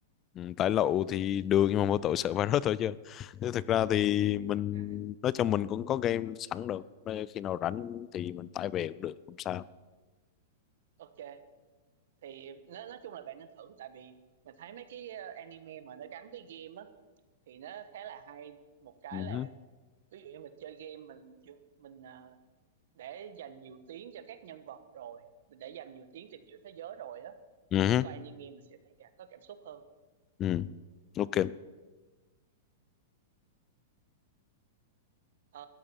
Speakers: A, on the left; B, on the right.
A: ừ, tải lậu thì được nhưng mà mỗi tội sợ virus thôi chứ chứ thực ra thì mình
B: <laughs>
A: nói chung mình cũng có game sẵn được Nên khi nào rảnh thì mình tải về cũng được không sao
B: ok thì nó, nói chung là bạn nên thử tại vì mình thấy mấy cái ờ, anime mà nó gắn với game á thì nó khá là hay một cái
A: ừ.
B: là
A: hứ.
B: ví dụ như mình chơi game mình mình ờ, để dành nhiều tiếng cho các nhân vật rồi mình để dành nhiều tiếng tìm hiểu thế giới rồi á
A: Ừ.
B: thì lúc coi anime mình sẽ thấy cả có cảm xúc hơn
A: Ừ. ok
B: Ờ,